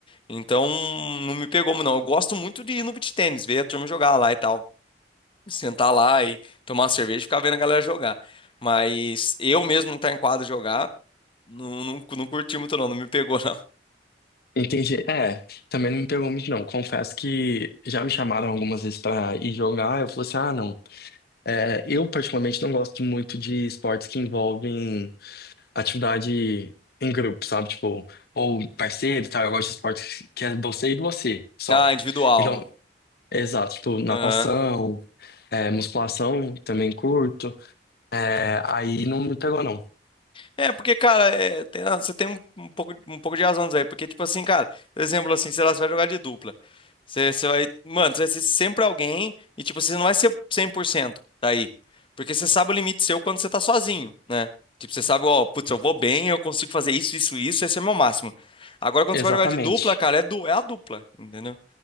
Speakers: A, on the left (about 30°); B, on the left (about 60°).
A: Então, não me pegou, muito, não. Eu gosto muito de ir no beach tennis, ver a turma jogar lá e tal. Sentar lá e tomar uma cerveja e ficar vendo a galera jogar. Mas eu mesmo não tá em quadra jogar, não, não, não curti muito, não. Não me pegou, <laughs> não.
B: Entendi. É, também não me pegou muito, não. Confesso que já me chamaram algumas vezes pra ir jogar. Eu falei assim: ah, não. É, eu, particularmente, não gosto muito de esportes que envolvem atividade em grupo, sabe? Tipo, ou parceiro e tal. Eu gosto de esportes que é você e você só.
A: Ah, individual.
B: Então, exato. Tipo, natação,
A: Aham.
B: é, musculação, também curto. É, aí não me pegou, não.
A: É, porque, cara, é, tem- ah, você tem um, um pouco, um pouco de razão disso aí. Porque, tipo assim, cara, por exemplo, assim, sei lá, você vai jogar de dupla. Você, você vai. Mano, você vai ser sempre alguém e, tipo, você não vai ser 100% daí. Porque você sabe o limite seu quando você tá sozinho, né? Tipo, você sabe, ó, putz, eu vou bem, eu consigo fazer isso, isso, isso, esse é o meu máximo. Agora, quando
B: Exatamente.
A: você vai jogar de dupla, cara, é, du é a dupla, entendeu?